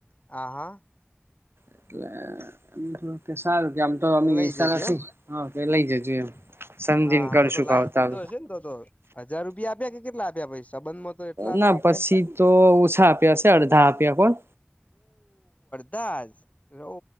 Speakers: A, on the left (about 35°); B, on the right (about 75°).
A: આ હા.
B: એટલે મ કે સારું કે આમ તો ઈચ્છા
A: લઈ જજો
B: નથી
A: એમ
B: હા તો એ લઈ જજો એમ. સમજીને
A: હા હા
B: કરશું
A: તો તો લાવ
B: ભાવ
A: જ દીધો
B: તાલ
A: હશે ને તો તો હજાર રૂપિયા આપ્યા કે કેટલા આપ્યા ભાઈ સંબંધમાં. તો એટલા
B: ના
A: અપાય
B: પછી
A: ને
B: તો ઓછા આપ્યા છે અડધા આપ્યા કોણ.
A: દાસ ઓ